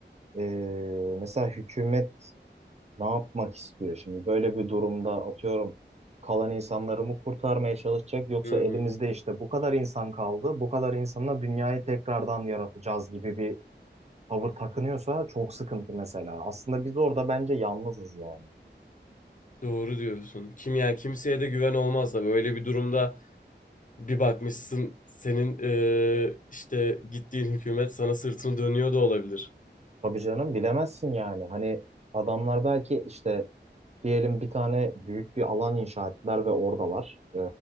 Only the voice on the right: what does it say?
eee, mesela hükümet ne yapmak istiyor şimdi? Böyle bir durumda atıyorum kalan insanları mı kurtarmaya çalışacak yoksa
elimizde işte bu kadar insan kaldı, bu kadar insanla dünyayı tekrardan yaratacağız gibi bir tavır takınıyorsa çok sıkıntı mesela. Aslında biz orada bence yalnızız yani.
Tabii canım bilemezsin yani. Hani adamlar belki işte diyelim bir tane büyük bir alan inşa ettiler ve oradalar. Ee,